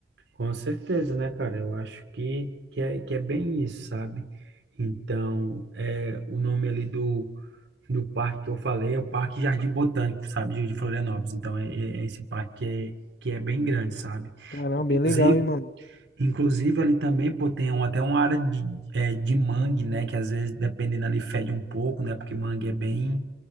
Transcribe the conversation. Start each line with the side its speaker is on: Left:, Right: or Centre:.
Right: Com certeza, né, cara? Eu acho que, que, é, que é bem isso, sabe? Então, é, o nome ali do, do parque que eu falei é o Parque Jardim Botânico, sabe? De de Florianópolis. Então, é, é é esse parque que é, que é bem grande, sabe?
Left: Caramba, bem
Right: inclusive
Left: legal, hein, mano?
Right: Inclusive, ali também, pô, tem um- até uma área de, é, de mangue, né? Que às vezes, dependendo ali, fede um pouco, né? Porque mangue é bem,